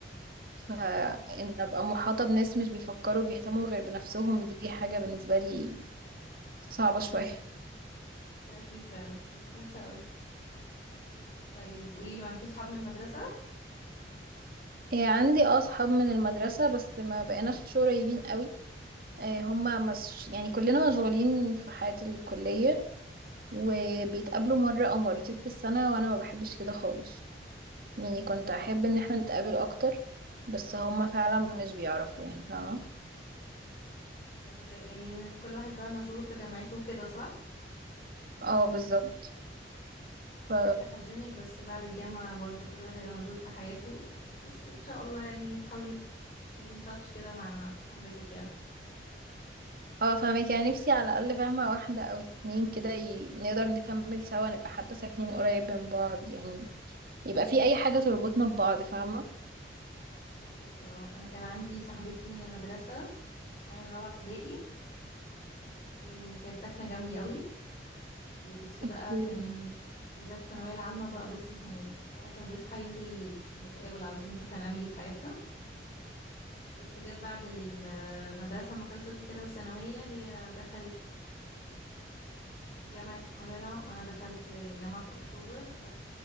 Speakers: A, on the right; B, on the left.
A: فان
B: صح ده حقيقي.
A: ابقى محاطة بناس مش بيفكروا بيهتموا غير بنفسهم دي حاجة بالنسبة لي صعبة شوية <laughs>
B: ده أكيد فعلا صح وحشة قوي طيب قوليلي معاكي صحاب من المدرسة
A: إيه، عندي اه اصحاب من المدرسة بس ما بقيناش قريبين قوي إيه، هما مش يعني كلنا مشغولين في حياة الكلية وبيتقابلوا مرة أو مرتين في السنة وأنا ما بحبش كده خالص يعني كنت أحب إن احنا نتقابل أكتر بس هما فعلا مش بيعرفوا يعني فاهمة
B: أشغال- يعني كل واحد بقى مشغول في جامعته وكده صح؟
A: اه بالظبط ف...
B: مش عايزة أحزنك بس بعد الجامعة برضو كل واحد هيبقى مشغول في حياته بس إن شاء الله يعني تحاولي keep in touch كده مع صاحبتك يا
A: اه فاهمك يعني نفسي على الأقل فاهمة واحدة أو اتنين كده ي... نقدر نكمل سوا نبقى حتى ساكنين قريب من بعض يعني يبقى في أي حاجة تربطنا ببعض فاهمة
B: فاهمك يا أنا كان عندي صاحبتي من المدرسة معايا من رابعة ابتدائي وكانت ساكنة جنبي قوي وبصي بقى
A: أوكي.
B: كان بالذات الثانوية العامة بقى بصي يعني الواحد كان بيصحى ينزل نتقابل على طول نشوف هنعمل ايه في حياتنا بس جت بعد المدرسة ما خلصت وكده والثانوية هي دخلت جامعة القاهرة وأنا دخلت جامعة في أكتوبر ف